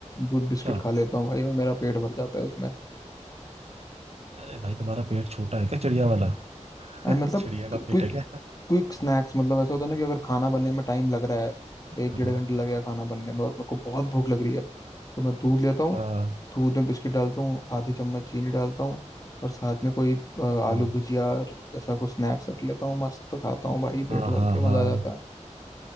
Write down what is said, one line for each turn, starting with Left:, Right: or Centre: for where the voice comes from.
Left: दूध बिस्किट
Right: अच्छा
Left: खा लेता हूँ भाई मैं, मेरा पेट भर जाता है उसमें
Right: अरे भाई तुम्हारा पेट छोटा है क्या चिड़िया वाला
Left: और
Right: <laughs>
Left: मतलब
Right: चिड़िया का
Left: क्विक
Right: पेट है क्या
Left: क्विक स्नैक्स मतलब ऐसा होता है ना कि अगर खाना बनने में टाइम लग रहा है
Right: हाँ
Left: एक डेढ़ घंटे लग गया खाना बनने में और मेरे को बहुत भूख लग रही है तो मैं दूध लेता हूँ
Right: <laughs> हाँ
Left: दूध में बिस्किट डालता हूँ आधी चम्मच चीनी डालता हूँ और साथ में कोई अ,
Right: हाँ
Left: आलू भुजिया और ऐसा कुछ स्नैक्स रख लेता हूँ मस्त खाता हूँ भाई
Right: हाँ
Left: पेट भर
Right: हाँ
Left: के
Right: हाँ।
Left: मजा आ जाता है